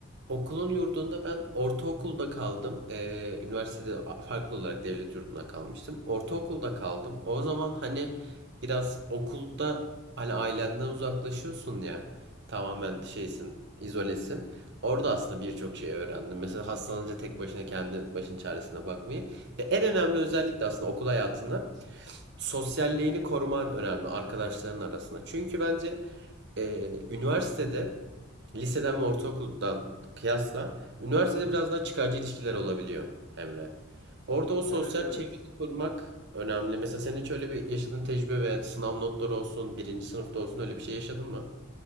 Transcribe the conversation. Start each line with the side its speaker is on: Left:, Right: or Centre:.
Right: Okulun yurdunda ben ortaokulda kaldım. Ee, üniversitede farklı olarak devlet yurduna kalmıştım. Ortaokulda kaldım. O zaman hani biraz okulda hani ailenden uzaklaşıyorsun ya. Tamamen
Left: hı,
Right: şeysin, izolesin. Orada aslında
Left: hı hı,
Right: birçok şey öğrendim. Mesela hastalanınca tek başına kendi başın çaresine bakmayı. Ve en önemli özellik
Left: hı hı.
Right: de aslında okul hayatında sosyalliğini koruman önemli arkadaşların arasında. Çünkü bence e, üniversitede Liseden ve ortaokuldan kıyasla üniversitede biraz daha çıkarcı ilişkiler olabiliyor Emre. Orada o sosyal
Left: Evet evet.
Right: çevreyi korumak önemli. Mesela senin hiç öyle bir yaşadığın tecrübe ve sınav notları olsun, birinci sınıfta olsun öyle bir şey yaşadın mı?